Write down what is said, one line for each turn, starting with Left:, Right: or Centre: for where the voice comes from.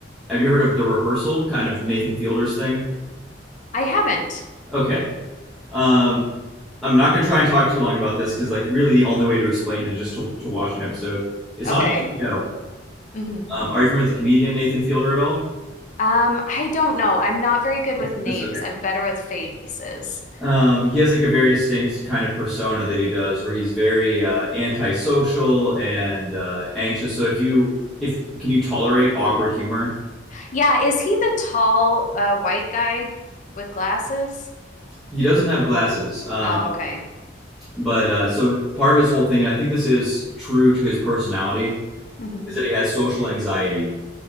Centre: have you heard of The Rehearsal, kind of Nathan Fielder's thing?
Left: I haven't.
Centre: Okay. Um, I'm not going to try and talk too long about this because, like, really the only way to explain it is just to, to watch an episode. It's
Left: Okay.
Centre: on HBO.
Left: hmm
Centre: Um, are you familiar with the comedian Nathan Fielder at all?
Left: Um, I don't know. I'm not very good
Centre: That's,
Left: with names.
Centre: that's okay.
Left: I'm better with faces.
Centre: Um, he has like a very distinct kind of persona that he does, where he's very uh, antisocial and uh, anxious. So if you if can you tolerate awkward humor?
Left: Yeah, is he the tall uh, white guy with glasses?
Centre: He doesn't have glasses, um,
Left: Oh, okay.
Centre: But uh, so part of his whole thing, and I think this is true to his personality,
Left: hmm
Centre: is that he has social anxiety.